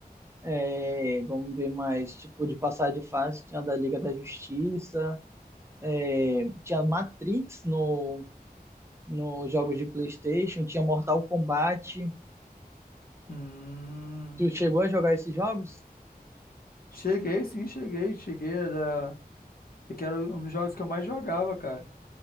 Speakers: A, on the right; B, on the left.
A: é, vamos ver mais, tipo, de passar de fase, tinha da Liga da Justiça, é, tinha Matrix no, no jogo de PlayStation, tinha Mortal Kombat.
B: Hum.
A: Tu chegou a jogar esses jogos?
B: Cheguei, sim, cheguei. Cheguei, era... é que era um dos jogos que eu mais jogava, cara.